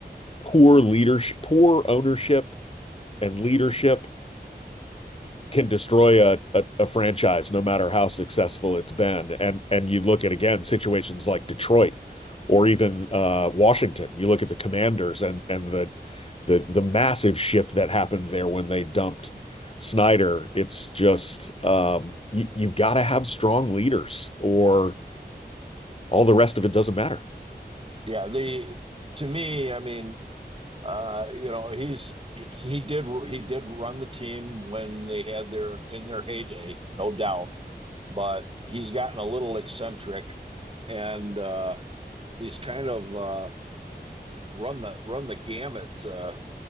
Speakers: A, on the left; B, on the right.
A: poor leadership, poor ownership and leadership can destroy a, a, a franchise no matter how successful it's been. And and you look at again situations like Detroit or even uh, Washington. You look at the Commanders and and the the the massive shift that happened there when they dumped Snyder. It's just um, you, you've got to have strong leaders, or all the rest of it doesn't matter.
B: Yeah, the to me, I mean, Uh, you know, he's he did he did run the team when they had their in their heyday, no doubt. But he's gotten a little eccentric, and uh, he's kind of uh, run the run the gamut uh,